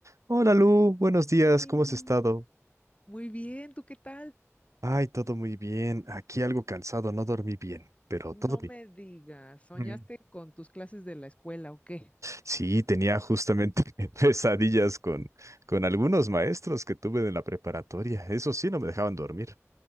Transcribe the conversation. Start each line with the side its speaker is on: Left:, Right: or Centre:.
Right: Hola Lu, buenos días,
Left: Sí.
Right: ¿cómo has estado?
Left: Muy bien, ¿tú qué tal?
Right: Ay, todo muy bien. Aquí algo cansado, no dormí bien, pero
Left: No
Right: todo bien.
Left: me digas, ¿soñaste
Right: Mm.
Left: con tus clases de la escuela o qué?
Right: Sí, tenía justamente <laughs> pesadillas con, con algunos maestros que tuve en la preparatoria. Eso sí, no me dejaban dormir.